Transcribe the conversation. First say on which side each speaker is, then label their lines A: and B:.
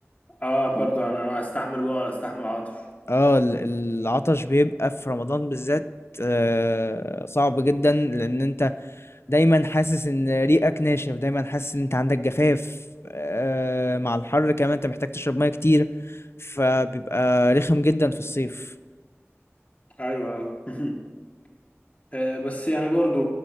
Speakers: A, on the left; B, on the left.
A: اه برضه انا استحمل جوع ولا استحمل عطش
B: اه ال- العطش بيبقى في رمضان بالذات آه، صعب جدا لان انت دايما حاسس ان ريقك ناشف دايما حاسس ان انت عندك جفاف آه، مع الحر كمان انت محتاج تشرب ميه كتير فبيبقى رخم جدا في الصيف
A: ايوه <laughs> آه، بس يعني برضو